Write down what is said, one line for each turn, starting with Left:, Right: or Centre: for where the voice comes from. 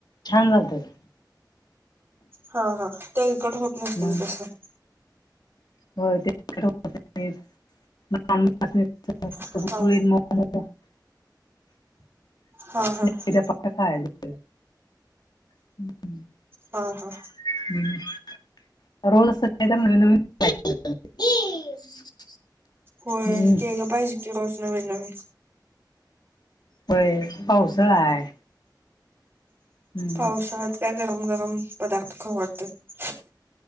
Left: छान झालत का?
Right: हा हा तेलकट होत नसत
Left: मग
Right: की तसं.
Left: होय <unintelligible>
Right: हा
Left: <unintelligible> <unintelligible>
Right: हा हा
Left: <inaudible>
Right: ह हा!
Left: <unintelligible>
Right: होय
Left: हम्म
Right: केल पाहिजे की रोज नवीन, नवीन.
Left: व्हय पावसाळा आहे. हम्म
Right: पावसाळ्यात काय गरम गरम पदार्थ खावू वाटत्यात.